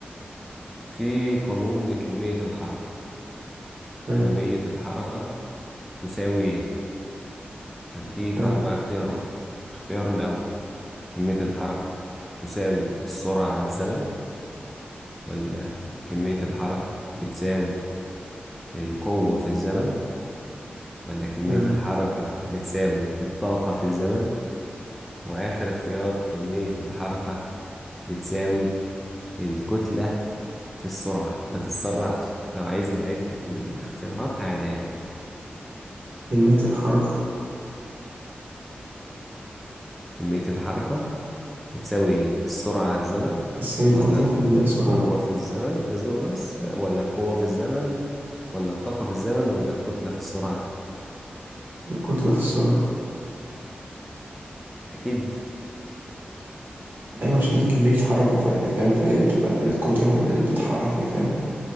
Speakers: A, in the centre; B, on the right.
A: في قانون لكمية الحركة
B: حلو
A: كمية الحركة تساوي ايه هديك
B: حلو
A: اربع اختيارات الاختيار الاول كمية الحركة تساوي السرعة على الزمن ولا كمية الحركة بتساوي القوة في الزمن ولا كمية
B: آه،
A: الحركة بتساوي الطاقة في الزمن وآخر اختيار كمية الحركة بتساوي الكتلة في السرعة ما تتسرعش لو عايز نعيد لك الاختيارات هعيدها لك
B: كمية الحركة
A: كمية الحركة بتساوي ايه السرعة على الزمن
B: ازاي الكتلة
A: ولا
B: في السرعة
A: القوة في الزمن اصبر بس ولا القوة في الزمن ولا الطاقة في الزمن ولا الكتلة في السرعة
B: الكتلة في السرعة
A: أكيد
B: أيوة عشان هي كمية حركة فا- فاهم فهي بتبقى الكتلة في اللي بتتحرك يعني فاهم